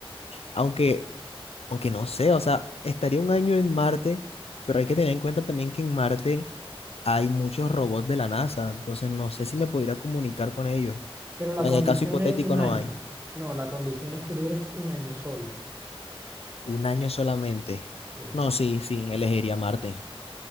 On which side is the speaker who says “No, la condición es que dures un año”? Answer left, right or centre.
Right